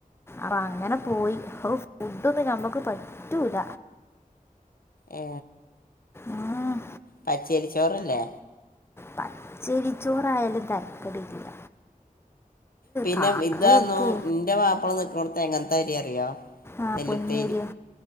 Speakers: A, on the left (about 15°); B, on the left (about 80°).
A: ആഹ് അങ്ങനെ പോയി അപ്പൊ ഫുഡൊന്നും ഞമ്മക്ക് പറ്റൂല.
B: ഏ
A: ആഹ്
B: പച്ചരിച്ചോറല്ലേ?
A: പച്ചരിച്ചോറായാലും തരക്കേടില്ല.
B: പിന്നെ
A: കറിയൊക്കെ
B: ഇതാന്നു ന്റെ മാപ്പള നിക്കനോട്ത്ത് എങ്ങനത്തെ അരി അറിയോ
A: ആഹ
B: നെല്ലുത്തേരി
A: പൊന്നിരിയോ